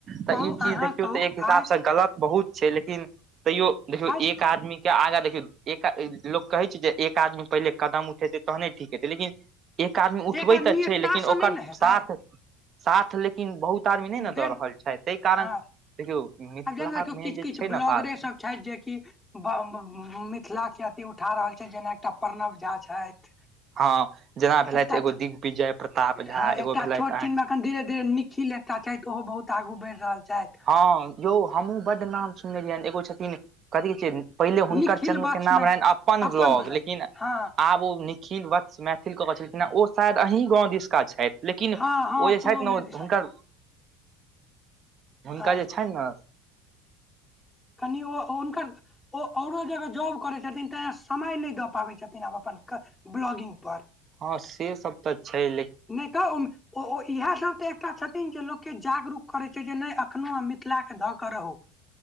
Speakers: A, on the right; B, on the left.
A: तऽ
B: कहू
A: ई चीज
B: अहाँ
A: देखियौ
B: कहू
A: तऽ एक हिसाबसँ
B: आइ
A: गलत बहुत छै लेकिन तैयो देखियौ एक
B: आइ
A: एक आदमी के आगाँ देखियौ एक आ लोक कहै छै जे एक आदमी पहिले कदम उठेतै तहने ठीक हेतै लेकिन एक आदमी उठबै
B: एक आदमी
A: तऽ
B: एकटा
A: छै लेकिन
B: सँ
A: ओकर
B: नहि ने हेतै
A: साथ साथ लेकिन बहुत आदमी नहि ने
B: देन
A: दऽ रहल छथि ताहि कारण
B: हँ
A: देखियौ मिथिलामे
B: आब जेना देखियौ किछ
A: जे
B: किछ
A: छै
B: ब्लॉगरे
A: ने बात
B: सब छैथ जेकि मिथिला के अथी उठा रहल छैथ जेना एकटा प्रणव झा छथि
A: हँ जेना भेलथि
B: एकटा
A: एगो
B: छ
A: दिग्विजय प्रताप झा
B: हँ
A: एगो
B: एकटा
A: भेलथि
B: छोट
A: अहाँ
B: छिनमें अखन धीरे धीरे निखिल एकटा छथि ओहो बहुत आगू बढ़ि रहल छथि
A: हँ यौ हमहूँ बड नाम सुनने रहियैनि एगो छथिन कथि कहै छै पहिले हुनकर
B: निखिल
A: चैनल
B: वात्समैन
A: के नाम रहनि अपन ब्लॉग
B: बला
A: लेकिन
B: हँ
A: आब ओ निखिल वत्स मैथिल कऽ कह छलखिनै ओ शायद अहीं गाँव दिसका छथि लेकिन
B: हँ
A: ओ
B: हँ
A: जे
B: सुगौने
A: छथि ने ओ
B: दिसन
A: हुनकर
B: के
A: हुनका
B: हँ
A: जे छनि ने
B: कनि ओ उनकर ओ औरो जगह जॉब करै छथिन तैं समय नहि दऽ पाबै छथिन आब अपन क ब्लॉगिंग पर
A: हँ से सब तऽ छै लेकि
B: नहि तऽ उम ओ ओ इएहसभ तऽ एकटा छथिन जे लोककेँ जागरूक करैत छै जे नहि एखनहु अहां मिथिलाकेँ धऽ कऽ रहू